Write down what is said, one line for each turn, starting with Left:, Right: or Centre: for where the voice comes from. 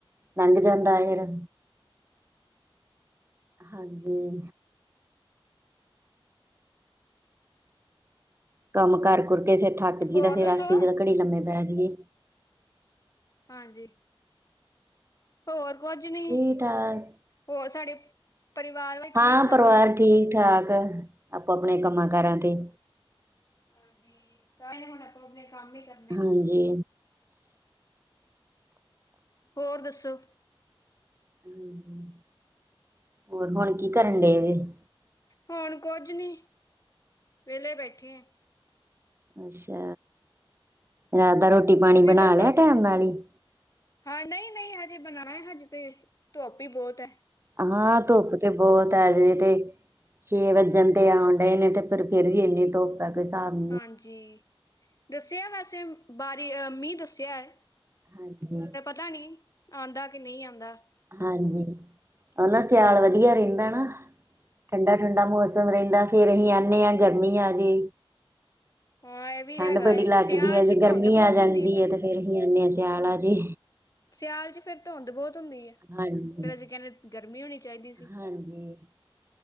Right: ਲੰਘ ਜਾਂਦਾ ਫੇਰ। ਹਾਂਜੀ। ਕੰਮ ਕਾਰ ਕੁਰ ਕੇ ਫੇਰ ਥੱਕ ਜਾਈਦਾ
Left: ਹੋਰ
Right: ਫੇਰ
Left: ਦੱਸੋ
Right: ਆਖੀਦਾ ਘੜੀ ਲੰਮੇ ਪੈਜੀਏ।
Left: ਹਾਂਜੀ। ਹੋਰ ਕੋਝ ਨੀ,
Right: ਠੀਕ ਠਾਕ
Left: ਹੋਰ ਸਾਡੇ ਪਰਿਵਾਰ ਵਾਲੇ
Right: ਹਾਂ
Left: ਠੀਕ ਸਭ
Right: ਪਰਿਵਾਰ ਠੀਕ-ਠਾਕ, ਆਪੋ-ਆਪਣੇ ਕੰਮਾਂ-ਕਾਰਾਂ ਤੇ।
Left: ਹਾਂਜੀ, ਸਾਰੇਆਂ ਨੇ ਹੁਣ ਆਪੋ-ਆਪਣੇ ਕੰਮ ਈ ਕਰ
Right: ਹਾਂਜੀ।
Left: ਹੋਰ ਦੱਸੋ?
Right: ਹੂੰ, ਹੋਰ ਹੁਣ ਕੀ ਕਰਨ ਡਏ ਜੇ?
Left: ਹੁਣ ਕੋਝ ਨੀ, ਵੇਲੇ ਬੈਠੇ ਆ।
Right: ਅੱਛਾ, ਰਾਤ ਦਾ ਰੋਟੀ ਪਾਣੀ
Left: ਤੁਸੀਂ
Right: ਬਣਾ
Left: ਦੱਸੋ?
Right: ਲਿਆ ਟੈਮ ਨਾਲ ਹੀ
Left: ਹਾਂ ਨਈ- ਨਈ ਹਜੇ ਬਣਾਨਾ ਐ ਹਜੇ ਤੇ ਧੋਪ ਈ ਬੋਤ ਐ।
Right: ਹਾਂ, ਧੋਪ ਤੇ ਬੋਤ ਐ ਹਜੇ ਤੇ ਛੇ ਵੱਜਣ ਤੇ ਆਣ ਡਏ ਨੇ ਤੇ ਫੇਰ ਵੀ ਐਨੀ ਧੋਪ- ਪਾਕਿਸਤਾਨ
Left: ਹਾਂਜੀ, ਦੱਸੇਆ ਵੈਸੇ ਬਾਰਿ ਅ ਮੀਂਹ ਦੱਸੇਆ ਐ।
Right: ਹਾਂਜੀ।
Left: ਪਤਾ ਨੀ, ਆਂਦਾ ਕੇ ਨਈ ਆਂਦਾ।
Right: ਹਾਂਜੀ, ਓ ਨਾ ਸਿਆਲ ਵੱਧੀਆ ਰੇਂਦਾ ਨਾ? ਠੰਡਾ-ਠੰਡਾ ਮੌਸਮ ਰੇਂਦਾ ਫੇਰ ਅਸੀਂ ਆਨੇ ਆ ਗਰਮੀ ਆ ਜੇ
Left: ਹਾਂ ਇਹ ਵੀ
Right: ਠੰਢ
Left: ਹੈਗਾ
Right: ਬੜੀ
Left: ਏ
Right: ਲੱਗਦੀ
Left: ਸਿਆਲ
Right: ਐ,
Left: ਚ
Right: ਜੇ ਗਰਮੀ
Left: ਧੁੰਦ ਬਹੁਤ
Right: ਆ ਜਾਂਦੀ
Left: ਹੁੰਦੀ ਫਿਰ
Right: ਏ ਤੇ ਫੇਰ ਅਸੀਂ ਆਨੇ ਆ ਸਿਆਲਾ ਆ ਜੇ।
Left: ਸਿਆਲ ਚ ਫੇਰ ਧੌਂਦ ਬੋਤ ਹੁੰਦੀ ਏ।
Right: ਹਾਂਜੀ।
Left: ਫਿਰ ਅਸੀਂ ਕਹਿੰਦੇ ਗਰਮੀ ਹੋਣੀ ਚਾਈਦੀ ਸੀ,
Right: ਹਾਂਜੀ